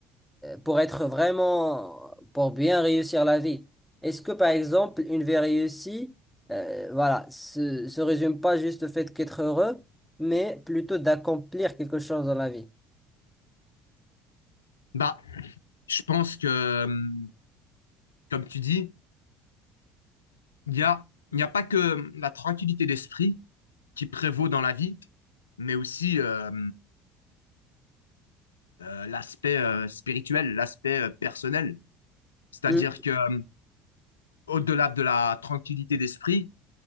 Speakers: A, in the centre; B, on the left.
A: pour être vraiment, pour bien réussir la vie. Est-ce que, par exemple, une vie réussie, euh, voilà, se, se résume pas juste au fait qu'être heureux, mais plutôt d'accomplir quelque chose dans la vie?
B: Bah, je pense que, hum, comme tu dis, il y a, il n'y a pas que hum, la tranquillité d'esprit qui prévaut dans la vie, mais aussi euh, euh, l'aspect euh, spirituel, l'aspect euh, personnel. C'est-à-dire
A: Hmm,
B: que euh, au-delà de la tranquillité d'esprit,